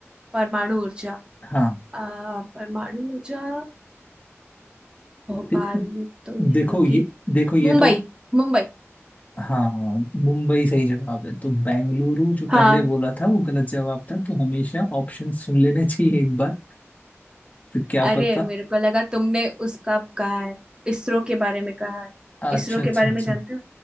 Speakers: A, on the right; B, on the left.
A: परमाणु ऊर्जा
B: हाँ
A: अ, परमाणु ऊर्जा भोपाल
B: दे,
A: में तो नहीं
B: देखो
A: होगी
B: ये देखो ये
A: मुंबई
B: तो
A: मुंबई
B: हाँ मुंबई सही जवाब है तो बेंगलुरु जो पहले
A: हाँ
B: बोला था वो गलत जवाब था तो हमेशा ऑप्शन सुन लेने चाहिए एक बार तो क्या
A: अरे
B: पता
A: मेरे को लगा तुमने उसका कहा है इसरो के बारे में कहा है
B: अच्छा
A: इसरो
B: अच्छा
A: के बारे
B: अच्छा
A: में जानते